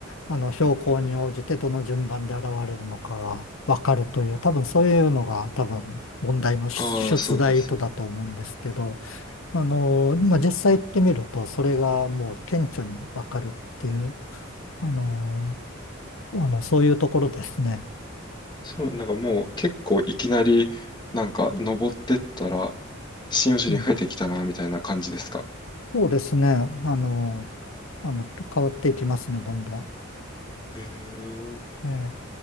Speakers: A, on the left; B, on the left.
A: あの、標高に応じてどの順番で現れるのかがわかるという、多分そういうのが多分問題の出出題とだと思うんですけど、
B: ああ、そうですね。
A: あの、まあ、実際行ってみると、それがもう顕著にわかるっていう、あの、あの、そういうところですね。
B: そう、なんかもう結構いきなり、なんか登ってったら、針葉樹林増えてきたな、
A: うん、
B: みたいな感じですか。
A: そうですね。あの、あの、変わっていきますね、どんどん。
B: へえ、
A: ええ